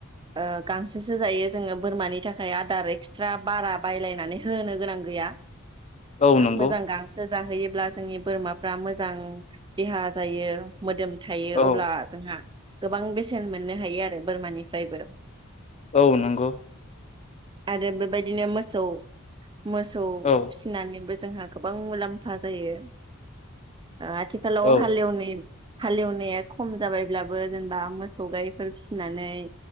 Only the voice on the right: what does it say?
ओ गांसोसो जायो जोंङो बोरमानि थाखाय आदार एक्सट्रा बारा बायलायनानै होनो गोनां गैया।
हा
मोजां गांसो जाहोयोब्ला जोंनि बोरमाफ्रा मोजां देहा जायो मोदोम थायो
अब्ला जोंहा गोबां बेसेन मोननो हायो आरो बोरमानिफ्रायबो।
आरो बेबायदिनो मोसौ मोसौ
फिसिनानै बो जोंहा गोबां मुलाम्फा जायो। ओ आथिखालाव
हालेवनि हालेवनाया खम जाबायब्ला बो जेनबा मोसौ गायफोर फिसिनानै